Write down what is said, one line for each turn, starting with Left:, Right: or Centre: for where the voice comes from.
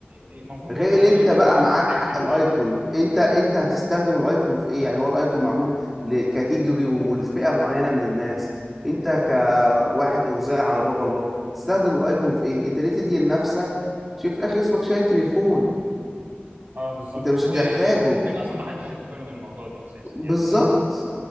Right: المفروض
Centre: غير
Right: برضو
Centre: اللي
Right: طريقه
Centre: انت بقى معاك
Right: الفكر
Centre: حق
Right: يتغير
Centre: الايفون
Right: شويه
Centre: انت انت هتستخدم الايفون في ايه يعني هو الايفون معمول لكاتيجوري ولفئة معينة من الناس انت كواحد ارزاق على باب الله تستخدم الايفون في ايه انت ليه تدي لنفسك شوف في الاخر اسمك شايل تليفون
Right: اه بالظبط
Centre: انت مش
Right: و-
Centre: هتحتاجه
Right: وممكن اصلا ما حدش ياخد باله من الموضوع ده اساسا
Centre: بالظبط
Right: يعني انت م-